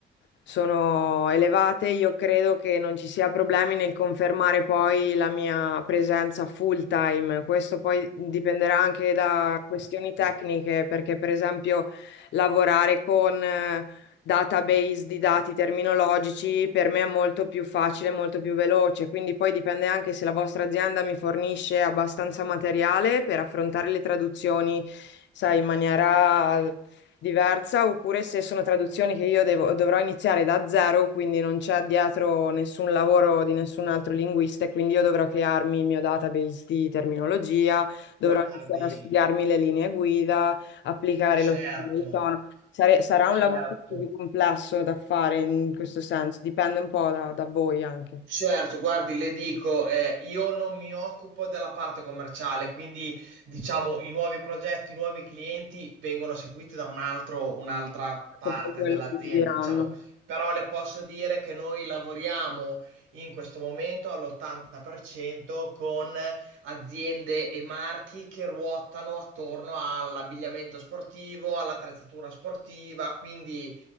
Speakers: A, on the left; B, on the right.
A: sono elevate, io credo che non ci sia problemi nel confermare poi la mia presenza full time. Questo poi dipenderà anche da questioni
B: Eh,
A: tecniche, perché per esempio lavorare con... eh, database di dati terminologici, per me è molto più facile, molto più veloce. Quindi poi dipende anche se la vostra azienda mi fornisce abbastanza materiale per affrontare le traduzioni, sai, in maniera diversa, oppure se sono traduzioni che io devo- dovrò iniziare da zero, quindi non c'è dietro nessun lavoro di nessun altro linguista, e quindi io dovrò crearmi il mio database di terminologia, dovrò
B: Guardi,
A: iniziare a studiarmi le linee guida, applicare
B: certo,
A: lo stile, il tono. Sare- sarà
B: certo.
A: un lavoro più complesso da fare in questo senso, dipende un po' da, da voi anche.
B: Certo, guardi, le dico, eh, io non mi occupo della parte commerciale, quindi diciamo i nuovi progetti, i nuovi clienti vengono seguiti da un altro, un'altra
A: Certo,
B: parte
A: Poi quello
B: dell'azienda,
A: che vi diranno.
B: diciamo. Però le posso dire che noi lavoriamo in questo momento all'80% con aziende e marchi che ruotano attorno all'abbigliamento sportivo, all'attrezzatura sportiva, quindi